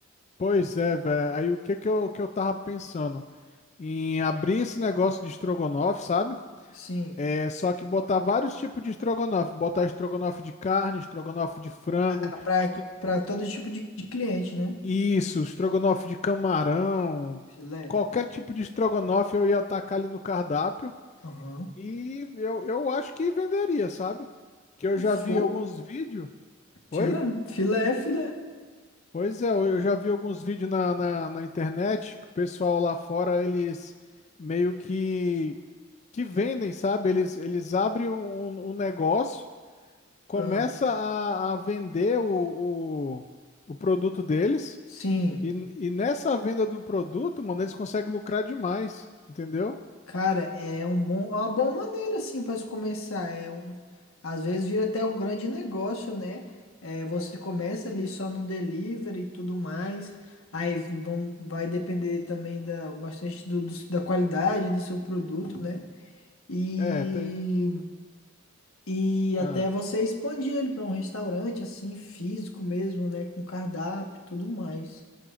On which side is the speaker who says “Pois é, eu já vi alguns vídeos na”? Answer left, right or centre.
Left